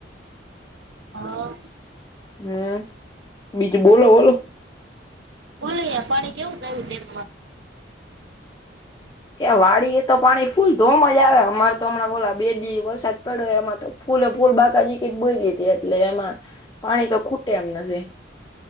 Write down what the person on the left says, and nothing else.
હમ, બીજું બોલો બોલો.
કે વાડી એ તો પાણી ફૂલ ધ મજા આવે, અમારે તો હમણા ગેલા બે દિવસ વરસાદ પડ્યો એમાં તો ફૂલે ફૂલ બાકાજી ક જ બોઈ લીધી, એટલે એમાં પાણી તો ખૂટે એમ નથી.